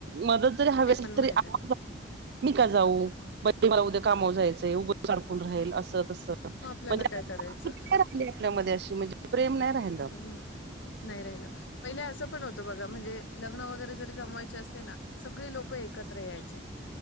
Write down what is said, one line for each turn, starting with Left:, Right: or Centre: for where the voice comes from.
Right: मदत, <unintelligible>
Left: ते पण माहिती नाही
Right: मी का जाऊ बजे मला उद्या कामावर जायचंय. <unintelligible> कोण राहील असं म्हणजे तसं
Left: आपल्याला काय
Right: म्हणजे <unintelligible>
Left: करायचं.
Right: मध्ये अशी म्हणजे प्रेम नाय राहिला.
Left: हम्म नाही राहिलं पहिले असं पण होत त बघा म्हणजे लग्न वगैरे जरी जमवायचे असले ना सगळी लोक एकत्र यायचे.